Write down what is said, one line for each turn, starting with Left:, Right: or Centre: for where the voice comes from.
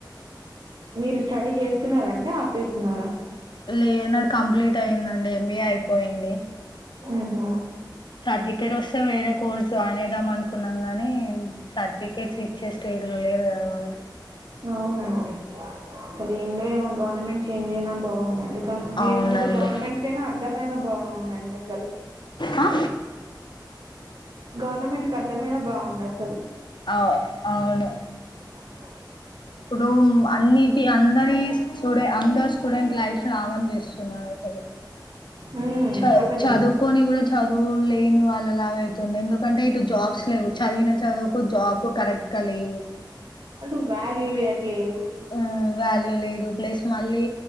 Right: మీరు స్టడీ చేస్తున్నారాండి ఆపేస్తున్నారా
Left: లే నాది కంప్లీట్ అయిందండి ఎంబీఏ అయిపోయింది
Right: ఉహ్మ్
Left: సర్టిఫికేట్ వస్తే వేరే కోర్స్ జాయిన్ అయిదాం అనుకున్నాం గానీ సర్టిఫికేట్స్ ఇచ్చే స్టేజ్ లో లేరు కదా వాళ్ళు
Right: అవునండి అసలు ఏందొ ఏమో గవర్నమెంట్ చేంజ్ అయినా బాగుండండి
Left: అవునండి
Right: లేకపోతే గవర్నమెంట్ కైనా అర్ధమయినా బాగుండండి అసలు
Left: ఆ
Right: గవర్నమెంట్ కర్థం అయినా బాగుండ అస
Left: అవు అవును
Right: ఆ
Left: ఇప్పుడు అన్నిటి అందరి స్టూడె అందరు స్టూడెంట్ లైఫ్ ను నాగం చేస్తున్నారు సార్ ఇ
Right: ఉమ్
Left: చ
Right: అసలు
Left: చదువుకొని కూడా చదువులేని వాళ్ళ లాగ అయితుంది ఎందుకంటే ఇటు జాబ్స్ లేవ్ చదివిన చదువుకు జాబ్ కరెక్ట్గా లేవు
Right: అటు వాల్యూ ఇయ్యట్లేదు
Left: ఉమ్ వాల్యూ లేదు ప్లస్ మళ్ళీ